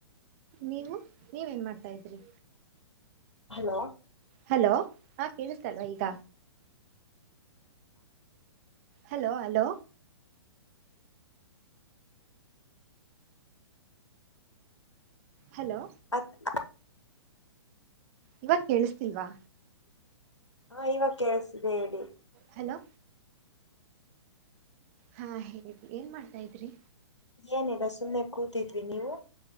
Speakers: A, on the right; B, on the left.
A: ನೀವು ನೀವುನ್ ಮಾಡ್ತಾ ಇದ್ರಿ
B: ಹಲೋ
A: ಹಲೋ ಹಾ ಕೇಳಿಸಲ್ವಾ ಈಗ ಹಲೋ ಹಲೋ ಹಲೋ
B: ಹತ್ತು
A: ಇವ ಕೇಳಿಸ್ತಿಲ್ವಾ
B: ಹಾ ಇವಾಗ ಕೇಳಸಿದೆ ಹೇಳಿ
A: ಹಲೋ ಹಾ ಹೇಳಿ ಏನ್ ಮಾಡ್ತಾ ಇದ್ರಿ
B: ಏನಿಲ್ಲ ಸುಮ್ನೆ ಕೂತಿದ್ವಿ ನೀವು